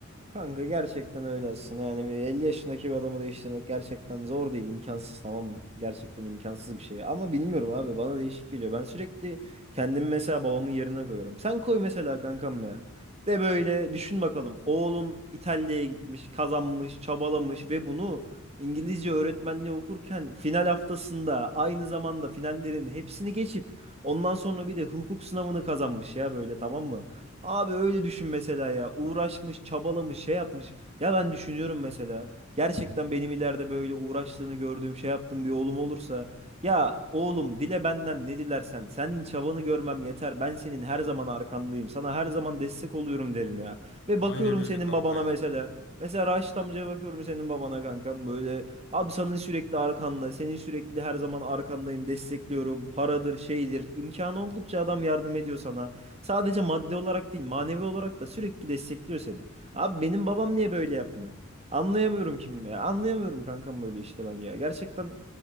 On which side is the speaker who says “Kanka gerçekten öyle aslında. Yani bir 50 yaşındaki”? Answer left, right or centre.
Right